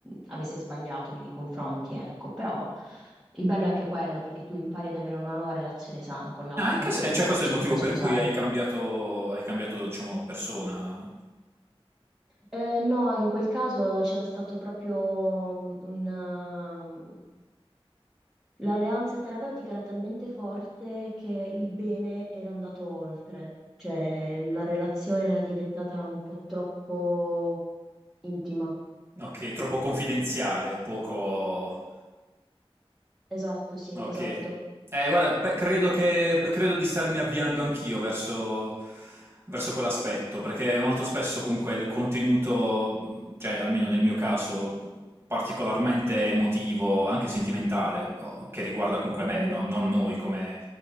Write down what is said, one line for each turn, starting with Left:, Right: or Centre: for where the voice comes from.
Centre: avesse sbagliato nei miei confronti, ecco, però il bello è anche quello perché tu impari ad avere una nuova relazione sana con l'altro
Right: anche
Centre: e
Right: se...
Centre: quindi
Right: eh, cioè, questo
Centre: ci
Right: è il motivo
Centre: si può scusare.
Right: per cui hai cambiato, hai cambiato, diciamo, persona.
Centre: Eh, no, in quel caso c'era stato proprio mm, un, L'alleanza terapeutica era talmente forte che il bene era andato oltre, cioè la relazione era diventata un po' troppo intima.
Right: Ok, troppo confidenziale, poco...
Centre: Esatto, sì,
Right: Ok.
Centre: esatto.
Right: Eh, guarda, pe- credo che, pe- credo di starmi avviando anch'io verso, verso quell'aspetto, perché molto spesso comunque il contenuto, cioè almeno nel mio caso, particolarmente emotivo, anche sentimentale, o- che riguarda comunque
Centre: Ok,
Right: me, no? Non noi come,